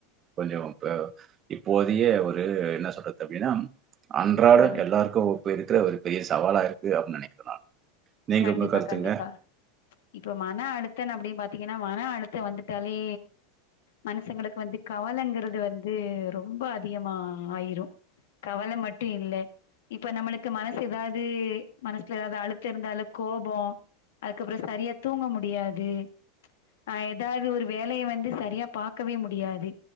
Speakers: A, on the right; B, on the left.
A: கொஞ்சோ ப்ப இப்போதைய ஒரு என்ன சொல்றது அப்டினா அன்றாட
B: ஆ
A: எல்லாருக்கு ஒப்பிருக்கிற ஒரு பெரிய சவாலா இருக்கு அப்டின் நனைக்கிற நானு நீங்க
B: கண்டிப்பா
A: உங்க‌ கருத்துங்க
B: கண்டிப்பா இப்ப மன அழுத்தன் அப்டின் பாத்தீங்கன்னா மன அழுத்தோ வந்துட்டாலே மனுஷங்களுக்கு வந்து கவலைங்கறது வந்து ரொம்ப அதிகமா ஆயிரு கவல மட்டு இல்ல இப்ப நம்மளுக்கு மனசு ஏதாவது மனசுல ஏதாவது அழுத்தோ இருந்தாலு கோபோ அதுக்கப்பறோ சரியா தூங்க முடியாது ஆ ஏதாவது ஒரு வேலைய வந்து சரியா பாக்கவே முடியாது